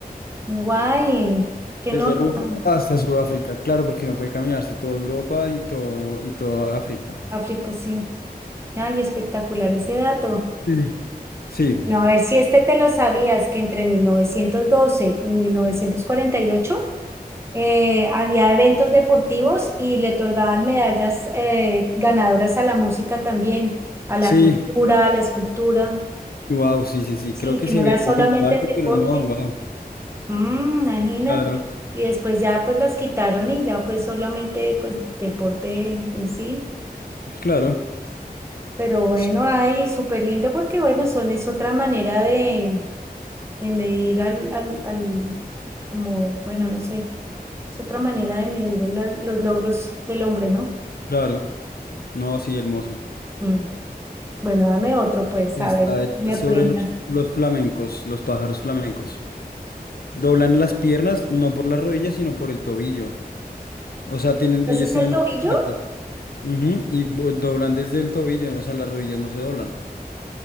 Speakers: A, on the right; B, on the left.
A: Guay, qué
B: Desde
A: nota.
B: Rusia hasta Sudáfrica, claro, porque no puede caminarse toda Europa y todo, y toda África.
A: África, sí. Ay, espectacular ese dato.
B: Sí. Sí,
A: No a ver si este te lo sabías, que entre 1912 y 1948 eh, había eventos deportivos y le otorgaban medallas eh, ganadoras a la música también, a la
B: sí,
A: pintura, a la escultura.
B: Wow, sí, sí, sí,
A: Sí,
B: creo que
A: que
B: sí
A: no
B: había
A: era solamente
B: leído algo,
A: el deporte.
B: pero no, wow.
A: Mm, imagínate.
B: Claro,
A: Y después ya pues las quitaron y ya pues solamente pues deporte en sí.
B: claro,
A: Pero bueno,
B: sí,
A: ay, súper lindo porque bueno, son es otra manera de, de medir al, al, al, como, bueno, no sé, es otra manera de medir el- los logros del hombre, ¿no?
B: claro. No, sí, hermoso.
A: Mm. Bueno, dame otro, pues,
B: Está,
A: a ver que
B: está
A: me
B: sobre
A: aprenda.
B: los, los flamencos, los pájaros flamencos. Doblan las piernas, no por las rodillas, sino por el tobillo. O sea, tienen,
A: Entonces,
B: ellos tienen
A: el tobillo,
B: las patas. ujú, y bo- doblan desde el tobillo, o sea, las rodillas no se doblan.